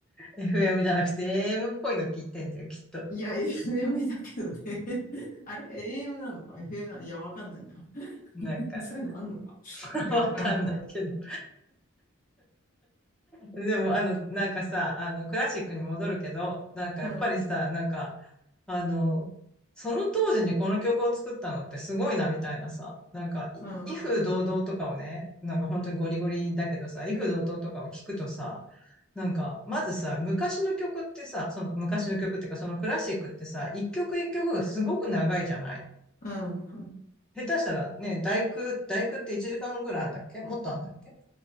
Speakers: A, in the centre; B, on the left.
A: FM じゃなくて AM っぽいの聞いてんだよ、きっと。
B: いや、FM だけどね。<laughs> あれ ?AM なのか ?FM なのかいや、わかんないな。<laughs>
A: なんか、
B: そういうのあんのかいや、
A: <laughs> わかんないけど。
B: わからん。
A: でも、あの、なんかさ、あの、クラシックに戻るけど、なんかやっぱりさ、
B: うん、うん、
A: なんか、あの、その当時にこの曲を作ったのってすごいな、みたいなさ、なんか、い威風堂々とかをね、
B: うん、
A: なんか本当にゴリゴリだけどさ、威風堂々とかを聞くとさ、なんか、まずさ、昔の曲ってさ、その昔の曲っていうか、そのクラシックってさ、一曲一曲がすごく長いじゃない
B: うん、
A: 下手したらね、第九、第九って1時間ぐらいあんだっけもっとあんだっけ